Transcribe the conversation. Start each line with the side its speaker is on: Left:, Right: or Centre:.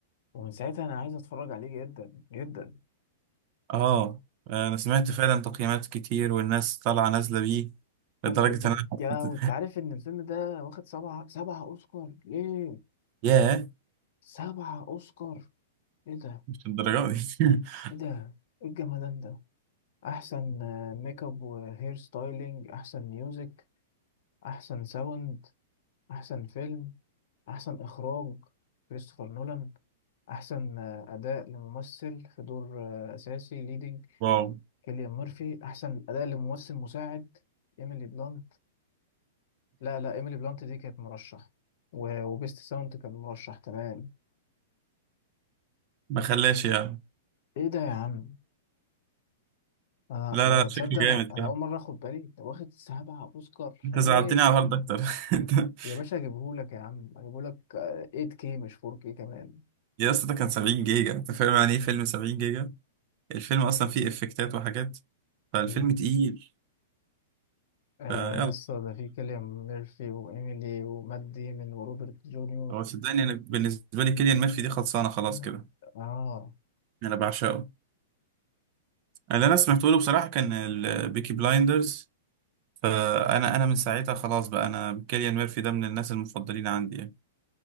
Left: ومن ساعتها انا عايز اتفرج عليه جدا جدا
Right: اه انا سمعت فعلا تقييمات كتير والناس طالعه نازله بيه لدرجه
Left: اوف
Right: ان انا حسيت
Left: يا لهوي انت عارف
Right: <laughs>
Left: ان الفيلم ده واخد سبعة سبعة اوسكار ليه
Right: ياه
Left: سبعة اوسكار ايه ده
Right: مش الدرجه دي <laughs>
Left: ايه ده ايه الجمدان ده احسن آه، ميك اب وهير ستايلينج احسن ميوزك احسن ساوند احسن فيلم احسن اخراج كريستوفر نولان احسن آه، اداء لممثل في دور آه، اساسي ليدنج
Right: واو
Left: كيليان ميرفي احسن اداء لممثل مساعد ايميلي بلانت لا لا ايميلي بلانت دي كانت مرشح و- وبيست ساوند كان مرشح تمام
Right: ما خلاش يعني
Left: ايه ده يا عم انا
Right: لا
Left: أنا-
Right: لا شكله
Left: تصدق
Right: جامد
Left: انا انا
Right: يعني
Left: اول مره اخد بالي ده واخد سبعة اوسكار
Right: انت
Left: <laughs> ليه
Right: زعلتني على الهارد اكتر <laughs>
Left: يا باشا هجيبهولك يا عم هجيبهولك آه، 8K مش 4K كمان
Right: يا اسطى ده كان 70 جيجا انت فاهم يعني ايه فيلم 70 جيجا الفيلم اصلا فيه افكتات وحاجات فالفيلم
Left: مم.
Right: تقيل
Left: آه
Right: فيلا
Left: يا اسطى ده في كيليان ميرفي وإيميلي ومات ديمون وروبرت جونيور
Right: هو صدقني انا بالنسبه لي كيليان ميرفي دي خلصانه خلاص
Left: مم.
Right: كده
Left: اه
Right: انا بعشقه اللي انا سمعته له بصراحه كان البيكي بلايندرز فانا انا من ساعتها خلاص بقى انا كيليان ميرفي ده من الناس المفضلين عندي يعني